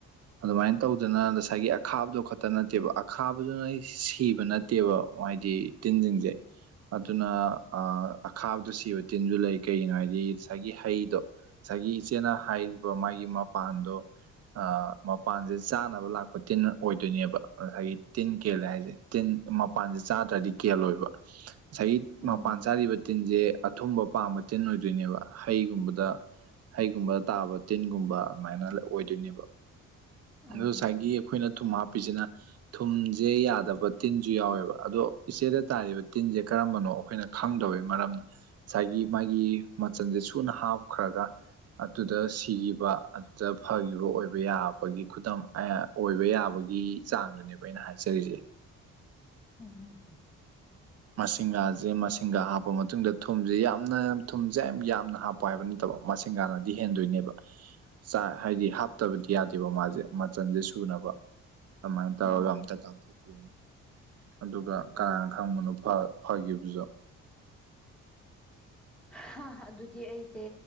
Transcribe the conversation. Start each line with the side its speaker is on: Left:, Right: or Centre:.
Right: ꯑꯗꯨꯃꯥꯏꯅ ꯇꯧꯗꯅ ꯉꯁꯥꯏꯒꯤ ꯑꯈꯥꯕꯗꯣ ꯈꯠꯇ ꯅꯠꯇꯦꯕ ꯑꯈꯥꯕꯗꯨ ꯅ ꯁꯤꯕ ꯅꯠꯇꯦꯕ ꯍꯥꯏꯗꯤ ꯇꯤꯟꯖꯤꯡꯖꯦ ꯑꯗꯨꯅ ꯑ ꯑꯈꯥꯕꯗ ꯁꯤꯕ ꯇꯤꯟꯖꯨ ꯂꯩ ꯀꯩꯒꯤꯅꯣ ꯍꯥꯏꯗꯤ ꯉꯁꯥꯏꯒꯤ ꯍꯩꯗꯣ ꯉꯁꯥꯏꯒꯤ ꯏꯆꯦꯅ ꯍꯥꯏꯔꯤꯕ ꯃꯥꯒꯤ ꯃꯄꯥꯟꯗꯣ ꯑ ꯃꯄꯥꯟꯖꯦ ꯆꯥꯅꯕ ꯂꯥꯛꯄ ꯇꯤꯟ ꯑꯣꯏꯗꯣꯏꯅꯦꯕ ꯉꯁꯥꯏꯒꯤ ꯇꯤꯟ ꯀꯦꯜꯂꯦ ꯍꯥꯏꯖꯦ ꯇꯤꯟ ꯃꯄꯥꯟꯁꯦ ꯆꯥꯗ꯭ꯔꯗꯤ ꯀꯦꯜꯂꯣꯏꯕ ꯉꯁꯥꯏꯒꯤ
Centre: ꯎꯝ
Right: ꯃꯄꯥꯟ ꯆꯥꯔꯤꯕ ꯇꯤꯟꯖꯦ ꯑꯊꯨꯝꯕ ꯄꯥꯝꯕ ꯇꯤꯟ ꯑꯣꯏꯗꯣꯏꯅꯦꯕ ꯍꯩꯒꯨꯝꯕꯗ ꯍꯩꯒꯨꯝꯕꯗ ꯇꯥꯕ ꯇꯤꯟꯒꯨꯝꯕ ꯑꯗꯨꯃꯥꯏꯅ ꯑꯣꯏꯗꯣꯏꯅꯦꯕ
Centre: ꯎꯝ
Right: ꯑꯗꯨ ꯉꯁꯥꯏꯒꯤ ꯑꯩꯈꯣꯏꯅ ꯊꯨꯝ ꯍꯥꯞꯄꯤꯁꯤꯅ ꯊꯨꯝꯖꯦ ꯌꯥꯗꯕ ꯇꯤꯟꯖꯨ ꯌꯥꯎꯋꯦꯕ ꯑꯗꯣ ꯏꯆꯦꯗ ꯇꯥꯔꯤꯕ ꯇꯤꯟꯖꯦ ꯀꯔꯝꯕꯅꯣ ꯑꯩꯈꯣꯏꯅ ꯈꯪꯗꯕꯩ ꯃꯔꯝꯅ ꯉꯁꯥꯏꯒꯤ ꯃꯥꯒꯤ ꯃꯆꯜꯁꯦ ꯁꯨꯅ ꯍꯥꯞꯈ꯭ꯔꯒ ꯑꯗꯨꯗ ꯁꯤꯈꯤꯕ ꯑꯗꯨꯗ ꯐꯥꯈꯤꯕ ꯑꯣꯏꯕ ꯌꯥꯕꯒꯤ ꯈꯨꯗꯝ ꯑꯣꯏꯕ ꯌꯥꯕ ꯈꯣꯏꯒꯤ ꯆꯥꯡꯗꯨꯅꯦꯕ ꯑꯩꯅ ꯍꯥꯏꯖꯔꯤꯁꯦ
Centre: ꯎꯝ
Right: ꯃꯁꯤꯡꯒꯥꯖꯦ ꯃꯁꯤꯡꯒꯥ ꯍꯥꯞꯄ ꯃꯇꯨꯡꯗ ꯊꯨꯝꯁꯦ ꯌꯥꯝꯅ ꯊꯨꯝꯁꯦ ꯌꯥꯝ ꯌꯥꯝꯅ ꯍꯥꯞꯄ ꯄꯥꯏꯕ ꯅꯠꯇꯕ ꯃꯁꯤꯡꯒꯥꯅꯗꯤ ꯍꯦꯟꯗꯣꯏꯅꯦꯕ ꯆꯥꯏ ꯍꯥꯏꯗꯤ ꯍꯥꯞꯇꯕꯗꯤ ꯌꯥꯗꯦꯕ ꯃꯥꯖꯦ ꯃꯆꯜꯁꯦ ꯁꯨꯅꯕ ꯑꯗꯨꯃꯥꯏꯅ ꯇꯧꯔꯒ
Centre: ꯎꯝ
Right: ꯑꯝꯇ ꯇꯥꯟꯊꯣꯛꯄꯤꯌꯨꯅꯤ ꯑꯗꯨꯒ
Centre: ꯑꯣ
Right: ꯀꯅꯥꯅ ꯈꯪꯕꯅꯣ ꯐꯥ ꯐꯥꯈꯤꯕꯖꯨ
Centre: ꯍꯥ ꯑꯗꯨꯗꯤ ꯑꯩꯖꯦ